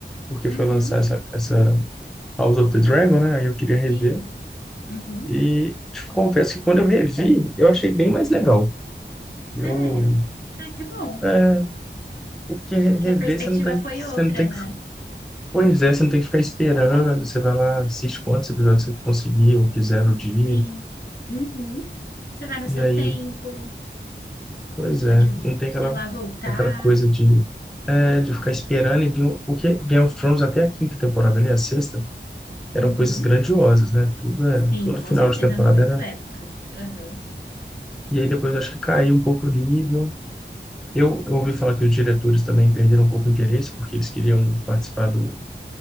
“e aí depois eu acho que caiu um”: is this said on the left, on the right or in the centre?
Centre